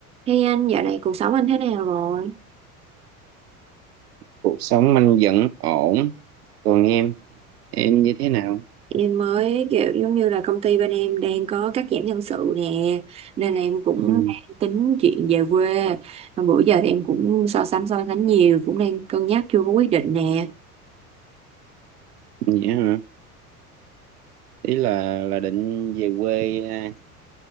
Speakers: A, on the right; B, on the right.
A: Hey anh, dạo này cuộc sống anh thế nào rồi?
B: cuộc sống anh vẫn ổn còn em em như thế nào
A: Em mới kiểu giống như là công ty bên em đang có cắt giảm nhân sự nè, nên là em cũng
B: ừ.
A: đang tính chuyện về quê. Mà bữa giờ thì em cũng so sánh so sánh nhiều, cũng đang cân nhắc chưa có quyết định nè.
B: vậy hả ý là là định về quê à,